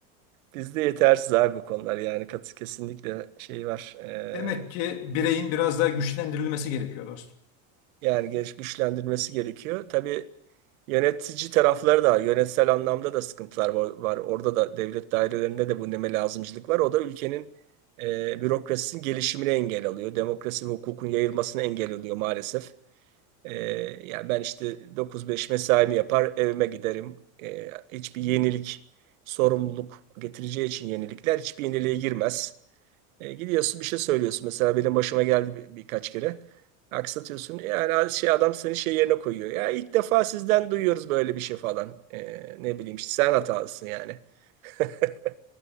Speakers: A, on the right; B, on the left.
A: bizde yetersiz abi bu konular yani kat- kesinlikle şey var. Ee,
B: Demek ki bireyin biraz daha güçlendirilmesi gerekiyor dostum.
A: yani geliş güçlendirmesi gerekiyor. Tabii yönetici tarafları da yönetsel anlamda da sıkıntılar var. var. Orada da devlet dairelerinde de bu neme lazımcılık var. O da ülkenin e, bürokrasisinin gelişimine engel alıyor. Demokrasi ve hukukun yayılmasına engel oluyor maalesef. Ee, ya ben işte 9-5 mesaimi yapar evime giderim. Ee, hiçbir yenilik sorumluluk getireceği için yenilikler hiçbir yeniliğe girmez. Ee, gidiyorsun bir şey söylüyorsun. Mesela benim başıma geldi bir- birkaç kere. Aksatıyorsun. Yani şey adam seni şey yerine koyuyor. Ya ilk defa sizden duyuyoruz böyle bir şey falan. Ee, ne bileyim işte sen hatalısın yani. <laughs>